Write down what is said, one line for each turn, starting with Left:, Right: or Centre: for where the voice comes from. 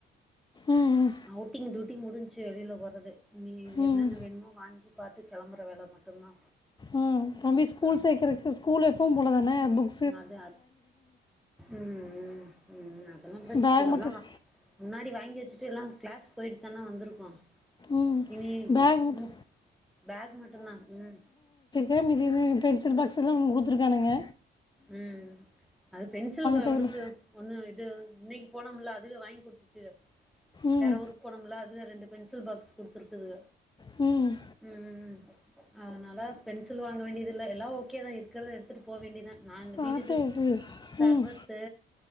Left: ம்
Centre: அவுட்டிங் டூட்டிங் முடிஞ்ச்சு வெளில போறது இனி
Left: ம், ம்
Centre: என்னென்ன வேணுமோ வாங்கி பாத்து கெளம்பற வேல மட்டுந்தா
Left: ம் தம்பி
Centre: அப்றோ
Left: ஸ்கூல் சேக்கறக்கு ஸ்கூல் எப்பம் போலதான புக்
Centre: அது அ ம் ம் ம் அதெல்லா பிரச்
Left: பேக்
Centre: அதெல்லா
Left: மட்டும்
Centre: வா முன்னாடி வாங்கி வெச்சுட்டு எல்லா க்ளாஸ் போயிட்டு தான வந்துருக்கோ
Left: ம்
Centre: இனி
Left: பேக்
Centre: சும்மா
Left: மட்டும்
Centre: பேக் மட்டுந்தா ம்
Left: ஏ மிதீனு பென்சில் பாக்ஸ் எல்லா குடுத்துருக்கானுங்க
Centre: ம் அது பென்சில் வ
Left: தேவையில்ல
Centre: இவுனுக்கு ஒண்ணு இது இன்னைக் போனமில்ல அதுக வாய்ங் குடுத்துச்சு
Left: ம்
Centre: வேற ஊருக் போனமில்ல அதுக ரெண்டு பென்சில் பாக்ஸ் குடுத்துருக்குதுக
Left: ம்
Centre: ம் அதனால பென்சில் வாங்க வேண்டியதில்ல எல்லா ஓகே தா இருக்கிறத எடுத்துட்டு போ வேண்டி தா நா இந்த
Left: பார்த்து
Centre: வீட்டுக்கு சர்பத்து
Left: ம் ம்